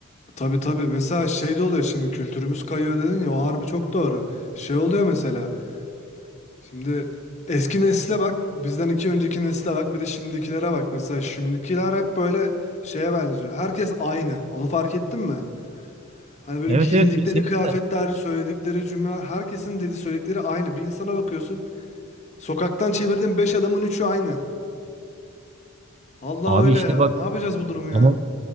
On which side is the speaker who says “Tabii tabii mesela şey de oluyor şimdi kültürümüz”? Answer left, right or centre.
Left